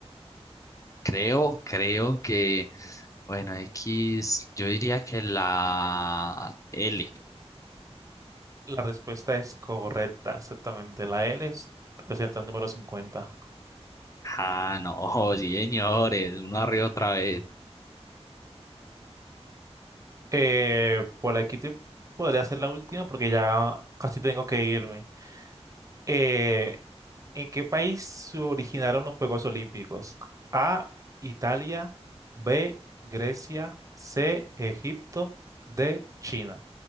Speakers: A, on the left; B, on the right.
A: Creo, creo que, bueno, X, yo diría que la L.
B: La respuesta es correcta, exactamente. La L es- representa el número 50.
A: Ah, no, <laughs> señores, uno arriba otra vez.
B: Eh, por aquí te podría hacer la última porque ya casi tengo que irme. Eh, ¿en qué país se originaron los Juegos Olímpicos? A, Italia, B, Grecia, C, Egipto, D, China.